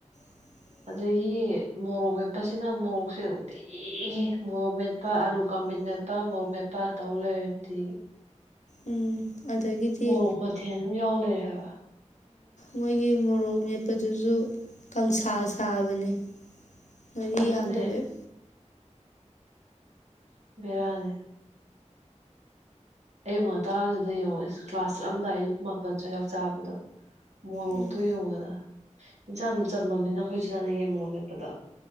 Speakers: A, on the left (about 70°); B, on the right (about 65°).
A: ꯎ꯫
B: ꯑꯗꯒꯤ ꯃꯣꯔꯣꯛ ꯃꯦꯠꯄꯁꯤꯅ ꯃꯣꯔꯣꯛꯁꯦ ꯎꯇꯤꯒꯤ ꯃꯣꯔꯣꯛ ꯃꯦꯠꯄ ꯑꯂꯨ ꯀꯥꯡꯃꯤꯠ ꯃꯦꯠ ꯃꯄꯥ ꯃꯣꯔꯣꯛ ꯃꯦꯄꯥ ꯇꯧ ꯂꯩꯔꯗꯤ
A: ꯎꯝ ꯑꯗꯒꯤꯗꯤ
B: ꯃꯣꯔꯣꯛ ꯃꯊꯦꯜ꯫ ꯑꯗꯨꯝ ꯌꯥꯎ ꯂꯩꯔꯦ ꯍꯥꯏꯕ
A: ꯃꯣꯏꯒꯤ ꯃꯣꯔꯣꯛ ꯃꯦꯠꯄꯗꯨꯁꯨ꯫ ꯀꯥꯡꯁꯥ ꯁꯥꯕꯅꯤ ꯉꯔꯤ
B: ꯑꯗꯨꯅꯦ
A: ꯌꯥꯝꯗꯕꯩ꯫
B: ꯕꯤꯔꯅꯤ ꯑꯩꯨ ꯉꯇꯥꯗꯨꯗ ꯌꯦꯡꯉ ꯀ꯭ꯂꯥꯁ ꯆꯠꯂꯝꯗꯥꯏ ꯑꯌꯨꯛ ꯃꯥꯄꯟ ꯁ꯭ꯋꯥꯏ ꯆꯥꯛ ꯆꯥꯕꯗꯣ ꯃꯣꯔꯣꯛꯇꯣ
A: ꯎꯝ
B: ꯌꯦꯡꯉꯨꯗꯅ ꯏꯟꯁꯥꯡꯅ ꯆꯝꯃꯝꯅꯤꯅ ꯑꯩꯈꯣꯏꯁꯨ ꯆꯥꯅꯦꯒꯤ ꯃꯣꯔꯣꯛ ꯃꯦꯠꯄꯗ